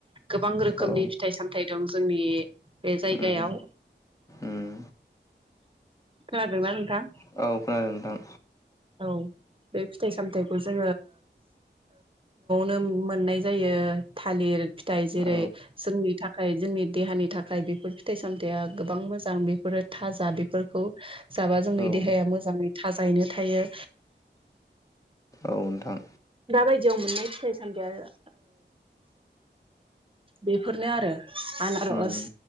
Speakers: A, on the right; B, on the left.
A: गोबां रोखोमनि
B: औ
A: फिथाइ सामथायाइ दं जोंनि बे जायगायाव
B: उम उम
A: खोनादोंना नोंथां।
B: औ खोनादों नोंथां
A: औ बे फिथाइ सामथायाइखौ जोङो न'आवनो मोननाय जायो थालिर फिथाइ जेरै
B: औ
A: जोंनि थाखाय जोंनि देहानि थाखाय बेफोर फिथाइ सामथायाइया गोबां मोजां बेफोरो थाजा बेफोरखौ जाबा जोंनि
B: औ
A: देहाया मोजाङै थाजायैनो थायो
B: औ नोंथां
A: दा बायदियाव मोननाय फिथाइ सामथायाइया बेफोरनो आरो आनारस
B: उम